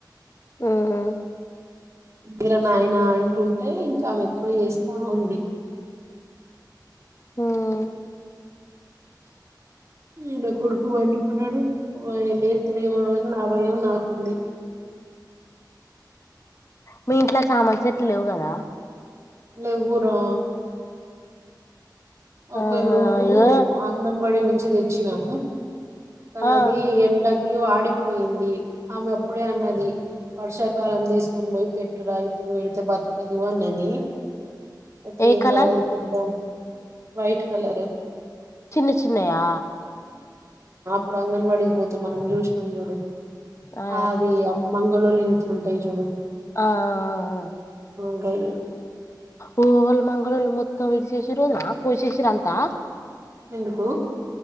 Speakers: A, on the left; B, on the right.
A: ఉహు
B: ఇడ నాయినా అంటుంటే ఇంకా ఆమే ఎక్కువ చేస్తా ఉంది
A: హ్మ్
B: ఇ నా కొడుకు వండుకున్నాడు ఓ ఆయన లెత్తడు ఏమో అని నా భయం నాకుంది
A: మీ ఇంట్ల చామంత్చేట్లు లేవు కదా
B: లెవ్వు రా ఒక
A: ఆహా
B: రోజు
A: ఇగో
B: అంగన్ బడి నుంచి తెచ్చినాము కనది
A: ఆ
B: ఎండక్ కి వాడిపోయింది ఆమె అప్పుడే అన్నది వర్షాకాలం తీసుకొనిపోయి పెట్టురా ఇప్పుడు పెడితే బతకదు అన్నది అయితే
A: ఏ
B: ఏం
A: కలర్
B: కాదు పెడుదాం వైట్ కలరు
A: చిన్న చిన్నయా
B: ఇప్పుడు అంగన్వాడకి వోతే మనం చూసినాం చూడు
A: ఆ
B: అది ఆ మంగ గొల్లోల్ల ఇంట్లుంటాయి జూడు
A: ఆ ఆ ఆ
B: <unintelligible>
A: ఓ వాళ్ళు మంగళోళ్ళూ మొత్తం ఇరిశేషిన్రు ఒదిన కోసేసింరు అంతా
B: ఎందుకు